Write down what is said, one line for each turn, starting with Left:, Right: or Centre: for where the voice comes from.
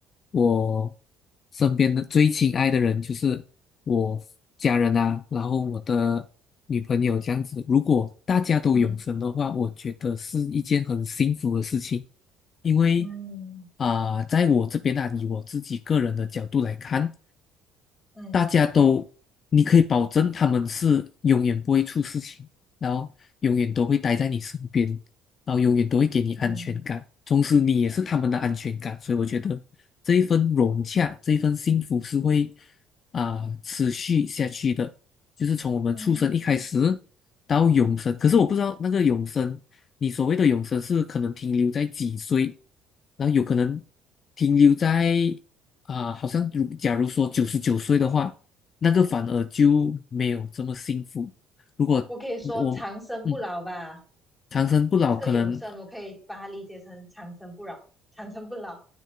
Left: 我身边的最亲爱的人就是我家人啊，然后我的女朋友这样子。如果大家都永生的话，
Centre: 嗯
Left: 我觉得是一件很幸福的事情。因为
Centre: 嗯
Left: 啊、在我这边啊，以我自己个人的角度来看，
Centre: 嗯
Left: 大家都，你可以保证他们是永远不会出事情，然后永远都会待在你身边，然后永远都会给你安全感，
Centre: 嗯
Left: 同时你也是他们的安全感，所以我觉得这一份融洽，这一份幸福是会啊、持续下去的，就是从我们出生一开始到永生。
Centre: 嗯，嗯
Left: 可是我不知道那个永生，你所谓的永生是可能停留在几岁，然后有可能停留在。啊，好像如假如说九十九岁的话，那个反而就没有这么幸福。如果我嗯
Centre: 我可以说长生不老吧。
Left: 长生不老，
Centre: 这个永生，
Left: 可能
Centre: 我可以把它理解成长生不老，长生不老。